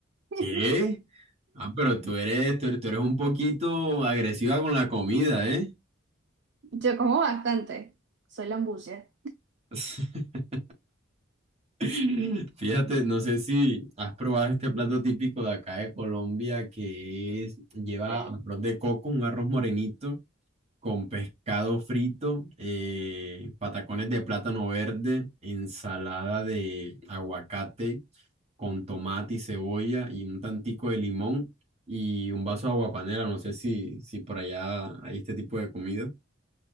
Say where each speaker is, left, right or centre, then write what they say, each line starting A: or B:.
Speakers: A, on the right (about 60°); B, on the right (about 30°).
A: <laughs>
B: ¿Qué? Ah, pero tú eres, tú eres, tú eres un poquito agresiva con la comida, ¿eh?
A: Yo como bastante, soy lambucia.
B: <laughs> <laughs> Fíjate, no sé si has probado este plato típico de acá de Colombia que es, lleva
A: Bueno.
B: arroz
A: <laughs>
B: de coco, un arroz morenito con pescado frito, eh, patacones de plátano verde, ensalada de aguacate con tomate y cebolla y un tantico de limón y un vaso de aguapanela. No sé si, si por allá hay este tipo de comida.